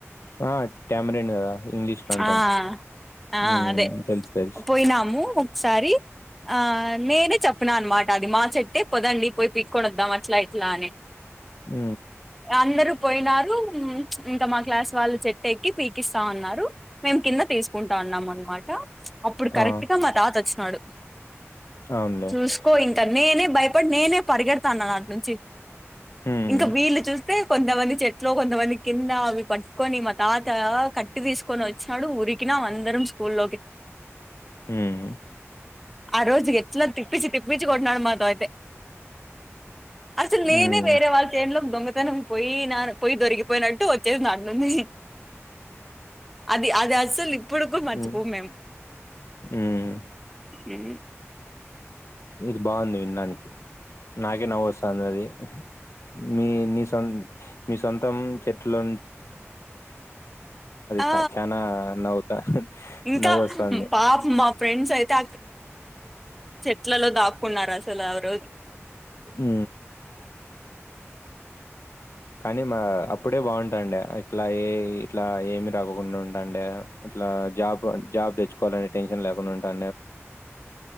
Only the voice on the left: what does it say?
ఆ! టామరిన్ గదా! ఇంగ్లీష్‌లో అంటాం.
హ్మ్.
తెలుసు. తెలుసు.
ఊ
ఆ!
అవునులే.
హ్మ్.
హ్మ్.
హ్మ్.
హ్మ్.
హ్మ్.
ఇది బాగుంది వినడానికి‌‌. నాకే నవ్వు వస్తుంది అది. మీ మీ సొం మీ సొంతం చెట్లో.
క చానా నవ్వుతా
నవ్వొస్తాంది.
హు కానీ మా అప్పుడే బాగుంటాండె ఇట్లా ఏ ఇట్లా ఏమి రాకొకుండా ఉంటాంటే ఇట్లా జాబ్ జాబ్ తెచ్చుకోవాలని టెన్షన్ లేకుండా ఉంటా.